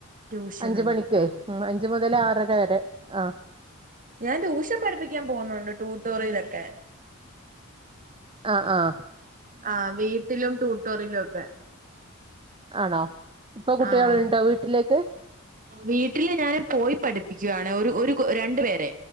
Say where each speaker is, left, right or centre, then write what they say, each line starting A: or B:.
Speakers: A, on the right (about 40°); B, on the right (about 25°).
A: ട്യൂഷനുണ്ട്
B: അഞ്ച് മണിക്കേ
A: ആഹ്
B: അഞ്ച് മുതൽ ആറര വരെ ആ.
A: ഞാൻ ട്യൂഷൻ പഠിപ്പിക്കാൻ പോകുന്നുണ്ട് ട്യൂട്ടോറിയലൊക്കെ.
B: ആഹ് ആഹ.
A: ആഹ വീട്ടിലും ടൂട്ടോറിലും ഒക്കെ.
B: ആണോ. ഇപ്പൊ കുട്ടികളുണ്ടോ
A: ആഹ്
B: വീട്ടിലേക്ക്.
A: വീട്ടില് ഞാന് പോയി പഠിപ്പിക്കുവാണ് ഒരു രണ്ടു പേരെ